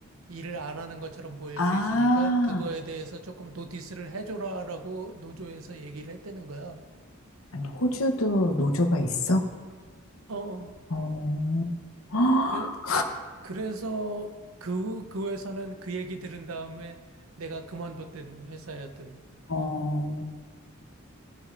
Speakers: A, on the right; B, on the left.
A: 일을 안 하는 것처럼 보일
B: 아,
A: 수 있으니까 그거에 대해서 조금 노티스를 해줘라라고 노조에서 얘기를 했다는 거야.
B: 아니, 호주도 노조가 있어?
A: 어,
B: 어, 헉,
A: 그래, 그래서 그, 그 회사는 그 얘기 들은 다음에 내가 그만뒀던 회사였던.
B: 어,